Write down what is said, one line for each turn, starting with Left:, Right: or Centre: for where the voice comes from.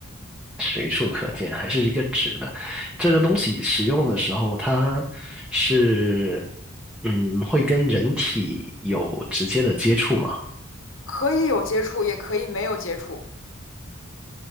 Centre: 随处可见，还是一个纸的。这个东西使用的时候，它是嗯会跟人体有直接的接触嘛？
Left: 可以有接触，也可以没有接触，